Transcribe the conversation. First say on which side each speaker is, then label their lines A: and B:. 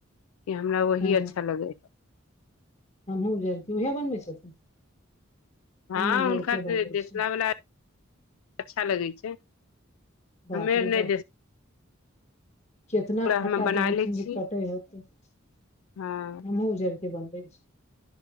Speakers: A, on the left; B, on the left.
A: कि हमरा वही
B: हँ
A: अच्छा लगै हइ।
B: हमहुँ उजरके उहे बनबै छथिन।
A: हँ
B: हमहुँ उजरके
A: हुनका
B: बनबै
A: देसला
B: छियै।
A: वाला अच्छा लगै छै।
B: बापरे
A: हमे आर नहि
B: बाप केतना
A: देसला
B: खट्टा
A: हमे बना
B: दै हथिन।
A: लै छियै
B: जे कटै होतै हमहुँ
A: हँ
B: उजड़ के बनबै छी।